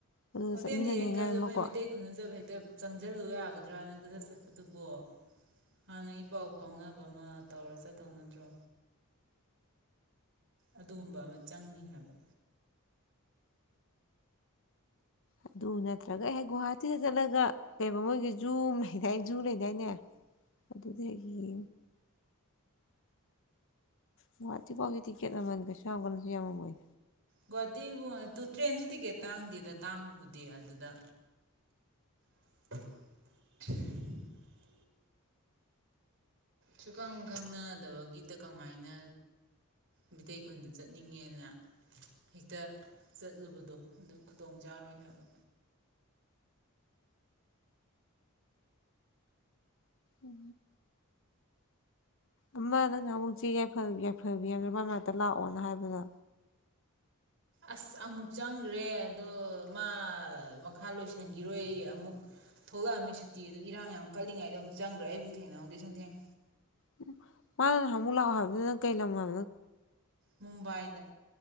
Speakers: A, on the left; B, on the right.
A: ꯑꯗꯨꯗ
B: ꯍꯣꯇꯦꯜ
A: ꯆꯠꯃꯤꯟꯅꯅꯤꯡꯉꯥꯏ
B: ꯊꯤꯔꯦꯟ ꯈꯜꯂꯦ
A: ꯑꯃꯀꯣ
B: ꯑꯩꯈꯣꯏꯅ ꯃꯩꯇꯩ ꯈꯨꯅꯨꯖꯕ ꯍꯦꯛꯇ ꯆꯪꯁꯤꯜꯂꯨ ꯌꯥꯒꯗ꯭ꯔꯥ ꯗ꯭ꯔꯥꯅꯒꯗ ꯆꯠꯄꯗꯨꯕꯣ ꯍꯥꯟꯅ ꯏ ꯄꯥꯎ ꯐꯥꯎꯅꯕ ꯑꯃ ꯇꯧꯔ ꯆꯠ ꯇꯧꯅꯗ꯭ꯔꯣ ꯑꯗꯨꯒꯨꯝꯕ ꯑꯃ ꯆꯪꯏ ꯍꯥꯏꯕ
A: ꯑꯗꯨ ꯅꯠꯇ꯭ꯔꯒ ꯑꯩꯍꯦꯛ ꯒꯨꯍꯥꯇꯤꯗ ꯆꯠꯂꯒ ꯀꯩ ꯃꯣꯏꯒꯤ ꯖꯨꯨꯝ ꯂꯩꯗꯥꯏ ꯖꯨ ꯂꯩꯗꯥꯏꯅꯦ ꯑꯗꯨꯗꯒꯤ ꯒꯨꯋꯥꯍꯥꯇꯤ ꯐꯥꯎꯕꯒꯤ ꯇꯤꯀꯦꯠ ꯃꯃꯥꯟ ꯀꯩꯏꯁꯨꯛ ꯆꯒꯟꯁꯤ ꯌꯥꯝꯉ ꯃꯣꯏ
B: ꯒꯨꯍꯥꯇꯤꯕꯨ ꯇ꯭ꯔꯦꯟꯁꯨ ꯇꯤꯛꯀꯦꯠ ꯇꯥꯡꯗꯦꯗ ꯇꯥꯡꯕꯕꯨꯗꯤ ꯑꯗꯨꯗ ꯈꯣꯛ ꯎꯃꯃ <inaudible> ꯁꯨꯈꯪ ꯈꯪꯅꯗꯕꯒꯤꯗ ꯀꯃꯥꯏꯅ ꯃꯤꯇꯩꯩ ꯈꯨꯟꯗ ꯆꯠꯅꯤꯡꯉꯦꯅ ꯍꯦꯛꯇ ꯆꯠꯂꯨꯕꯗꯣ ꯑꯗꯨ ꯈꯨꯗꯣꯡ ꯆꯥꯔꯣꯏ ꯍꯥꯏꯕ
A: ꯎ ꯑꯃꯗꯪꯅ ꯑꯃꯨꯛꯁꯦꯐ ꯌꯥꯏꯐꯕꯤ ꯍꯥꯏꯕ꯭ꯔ ꯃ ꯃꯔꯅꯥꯛꯇ ꯂꯥꯛꯑꯣꯅ ꯍꯥꯏꯕꯗꯣ
B: ꯑꯁ ꯑꯃꯨꯛ ꯆꯪꯈ꯭ꯔꯦ ꯑꯗꯣ ꯃꯥ ꯃꯈꯥ ꯂꯣꯏꯁꯤꯟꯈꯤꯔꯣꯏ ꯑꯃꯨꯛ ꯊꯣꯛꯂꯛꯑꯝꯃꯦ ꯁꯨꯇꯤ ꯑꯗꯨ ꯏꯔꯥꯡ ꯌꯥꯝ ꯀꯜꯂꯤꯉꯩꯗ ꯑꯃꯨꯛ ꯆꯪꯈ꯭ꯔꯦ ꯑꯩꯕꯨ ꯊꯦꯡꯅꯍꯧꯗꯦ ꯁꯨꯝꯊꯦꯡ
A: ꯎ ꯃꯥꯨꯛ ꯂꯥꯛꯑꯣ ꯍꯥꯏ ꯀꯩ ꯂꯝ ꯐ
B: ꯃꯨꯝꯕꯥꯏꯗ